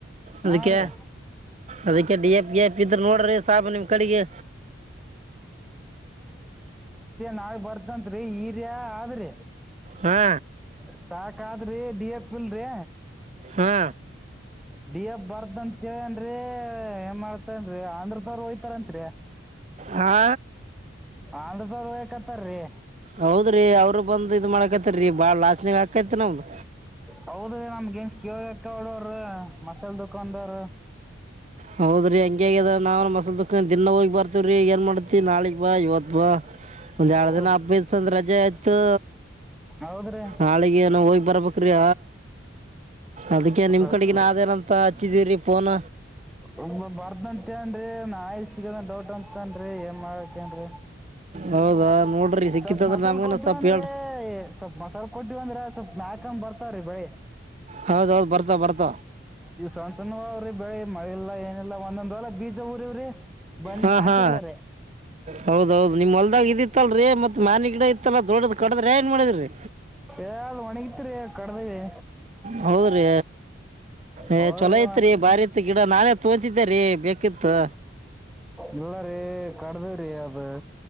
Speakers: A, in the centre; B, on the right (about 35°).
A: ಹಾ
B: ಅದಕ್ಕೆ
A: ರೀ
B: ಅದಕ್ಕೆ ಡಿ ಎಫ್ ಬಿ ಎಫ ಇದ್ರ ನೋಡ್ರಿ ಸಾಬ ನಿಮ್ ಕಡೆಗೆ
A: ನಾ ಬರ್ತತ್ರಿ ಹೀರ ಆದ್ರಿ
B: ಹಾ
A: ಸ್ಟಾಾದ್ರೀ ಡಿ ಎ ಪಲ್ ರೀ
B: ಹಾ
A: ಡಿ ಎಫ್ ಬರ್ಧನ್ ಚನ್ ಅ್ರ ಏನ್ ಮಾಡ್ತನ್ರಿ ಆಂಧ್ರದವರು ಹೋಯತಾರತ್ರಿ
B: ಹಾ
A: ಆಧ್ರದಬೇಕತ್ತಾರೀ
B: ಹೌದ್ರಿ ಅವರು ಬಂದ್ ಇದ್ ಮಾಡಕತ್ತರಿ ಬಾಳ ಲಾಸ್ನೆಗ ಆಕತಿ ನಮ್ದ್
A: ಹೌದೀ ನಮ್ಗ ನ್ ಕೇೇಳಬೇಕಕ್ಕ ಅವಡವ್ರ ಮಸಾಲ ದುಕಾನ್ದಾರ
B: ಹೌದ್ರಿ ಹಂಗಗ್ಯದ ನಾವನ್ ಮಸಲ್ ದುಕ್ಕ ದಿನ ಹೋಗಿ ಬರ್ತವ್ರೀ ಏನ್ ಮಾಡ್ತ ತಿ ನಾಳಗ್ ಬಾ ಇವತ್ ಬಾ ಒಂದ್ ಎರಡು
A: ಸೊಪ್
B: ದಿನ ಹಬ್ಐತ್ ಅಂದ ರಜೆ ಆಯ್ತು
A: ಹೌದ್ರಿ
B: ಹಾಳಿಗೆ ಏನ ಹೋಗ್ ಬರ್ಬೇಕ್ರಿ ಅದಕ್ಕೆ ನಿಮ್
A: ಸ್ವಲ್ಪ
B: ಕಡೆಗ ನಾವೇನಂತ ಹಚ್ಚಿದೀವ್ರೀ ಫೋನ್
A: ಒಬ್ಬ ಬರ್ದಂತೆ ಅನ್ನಾಯ ಸಿಗದ ಡೌಟ್ ಅಂತನ್ರಿ ಏನ್ ಮಾಡಕನ್ರಿ
B: ಹೌದಾ ನೋಡ್ರಿ ಸಿಕ್ಕಿತ್ತಂದ್ರ
A: ಸ್ವಲ್ಪ ಮಸಾಲೆ
B: ನಮ್ಗನ
A: ಕೊಟ್ಟಿವ
B: ಸ್ವಲ್ಪ
A: ಅಂದ್ರೆ
B: ಹೇಳ್ರಿ
A: ಸ್ವಲ್ಪ್ ಮಸಾಲ ಕೊಟ್ಟಿವ ಅಂದ್ರ ಸ್ವಲ್ಪ್ ಮ್ಯಾಕಂಬ ಬರ್ತ ಬೆಳಿ
B: ಹೌದೌದು ಬರ್ತ ಬರ್ತ
A: ಈ ಸಣ್ಣ ಸಣ್ಣ ಅವ್ರಿ ಬೆಳಿ ಮಳೆ ಇಲ್ಲ ಏನಿಲ್ಲ ಒಂದೊಂದ್ಲ ಬೀಚ್ ಊರಿವ್ರಿ ಬಂದ
B: ಹಾ
A: ನಾಟ್ಯ
B: ಹಾ
A: ಎಲ್ಲಾರ
B: ಹೌದೌದು ನಿಮ್ ಅಲ್ದಾಗ ಇದಿತ್ತಲ್ರಿ ಮತ್ ಮನಿ ಗಿಡ ಇತ್ತಲ್ಲಾ ದೊಡ್ಡದ ಕಡದ್ರೆ ಏನ್ ಮಾಡಿದ್ರಿ
A: ಯ್ದ್ ಒಣಗಿತ್ರಿ ಕಡದವಿ
B: ಹೌದ್ರೀ ಏ
A: ಹೌದ್ರಿ
B: ಚೊಲೋ ಐತ್ರಿ ಬಾರಿ ಇತ್ ಗಿಡ ನಾನೇ ತೋಚಿದ್ದೇರಿ ಬೇಕಿತ್ತು
A: ಇಲ್ಲ ರೀ ಕಡದವ್ರೀ ಅದು